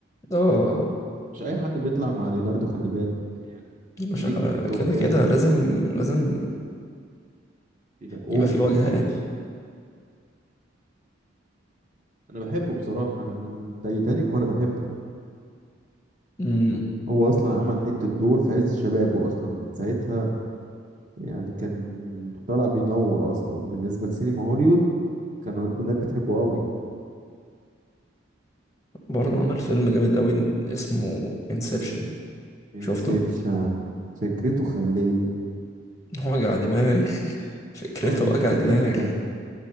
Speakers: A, on the left; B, on the right.
A: اه
B: مش اي حد بيطلع مع ليناردو خلي بالك يعني
A: مش
B: ده نجم عندهم
A: كده
B: جامد
A: كده
B: يعني
A: لازم لازم
B: بينقوهم
A: يبقى في وجهه يعني
B: انا بحبه بصراحة انا من تايتانيك وانا بحبه
A: امم
B: هو اصلا عمل حتة دور في عز شبابه اصلا من ساعتها يعني كان طالع بينور اصلا بالنسبة لسينما هوليوود كانوا البنات بتحبه قوي
A: برضه عمل فيلم جامد قوي اسمه انسبشن
B: انسبشن
A: شفته
B: فكرته خيالية
A: وجع دماغ <laughs> فكرته
B: اه يلفف
A: وجع دماغ
B: لك دماغك